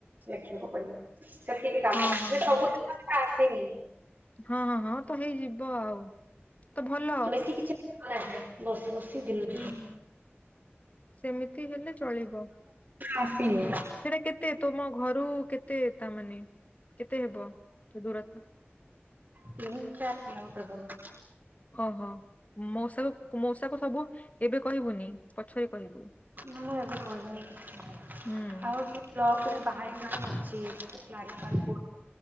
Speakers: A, on the right; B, on the left.
A: ଲେଖିବାକୁ ପଡିବ। ସେତିକି କାମ
B: ହଁ ହଁ
A: ଯେ ସବୁ
B: ହଁ
A: <unintelligible> ଆସିନି।
B: ହଁ ହଁ ହଁ ତ ହେଇଯିବ ଆଉ। ତ ଭଲ।
A: ବେଶୀ କିଛି କାମ ନାହିଁ। ବସି ବସି ଦିନ
B: ହୁଁ
A: ଯିବ।
B: ହୁଁ। ହୁଁ ସେମିତି ହେଲେ ଚଳିବ।
A: ଆସିନି
B: ସେଟା କେ ତେ ତମ ଘରୁ କେତେ ତା ମାନେ କେତେ ହେବ ଦୂରତା?
A: ତିନ ଚାର୍ କିଲୋମିଟର ହବ।
B: ଓହୋ ମଉସାକୁ ମଉସାକୁ ସବୁ ଏବେ କହିବୁନି। ପଛରେ କହିବୁ
A: ନା ମୁଁ ଏବେ କହିନି କିଛି
B: ହୁଁ।
A: ଆଉ ବ୍ଲକରେ ବାହାରିବାର ଅଛି। କ୍ଲାରିଫାଇ